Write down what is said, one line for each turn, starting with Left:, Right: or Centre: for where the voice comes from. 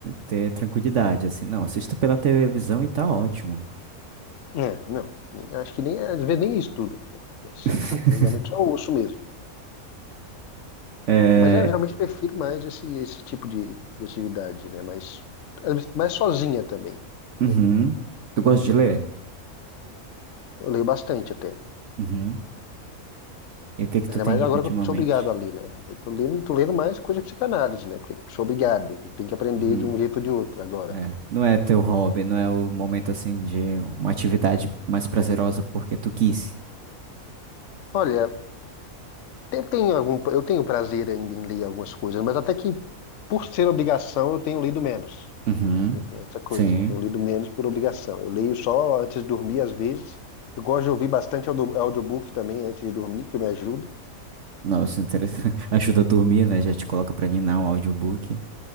Right: ter tranquilidade, assim. Não, assisto pela televisão e tá ótimo.
Left: É, não. Nem- Acho que nem, às vezes nem estudo, né? Mas
Right: <laughs>
Left: eu- eu geralmente só ouço mesmo.
Right: É,
Left: Mas eu realmente prefiro mais esse, esse tipo de, de atividade, né? Mas às vezes, mais sozinha também. até.
Right: uhum. Tu gosta de ler?
Left: Eu leio bastante até.
Right: Uhum. E o que que
Left: Ainda
Right: tu tem
Left: mais
Right: lido
Left: agora
Right: ultimamente?
Left: que eu sou obrigado ali, né? Eu tô lendo, tô lendo mais coisa de psicanálise, né? Porque sou obrigado. Tem que aprender
Right: Uhum.
Left: de um jeito ou de outro agora.
Right: É. Não é teu hobby, não é o momento, assim, de uma atividade mais prazerosa porque tu quis.
Left: Olha, eu tenho algum, eu tenho prazer ainda em ler algumas coisas, mas até que por ser obrigação eu tenho lido menos.
Right: Uhum.
Left: Tem essa coisa.
Right: Sim.
Left: Tenho lido menos por obrigação. Eu leio só antes de dormir, às vezes. Eu gosto de ouvir bastante audio- audiobook também antes de dormir, porque me ajuda.
Right: Nossa, interessante. <laughs> Ajuda a dormir, né? Já te coloca pra ninar um audiobook.